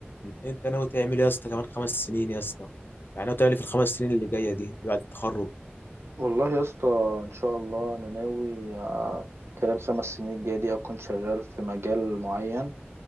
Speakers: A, on the left; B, on the right.
A: انت ناوي تعمل ايه يا اسطى كمان خمس سنين يا اسطى يعني ناوي تعمل ايه في الخمس سنين اللي جايه دي اللي بعد التخرج
B: والله يا اسطى ان شاء الله انا ناوي خلال خمس سنين الجاية دي اكون شغال في مجال معين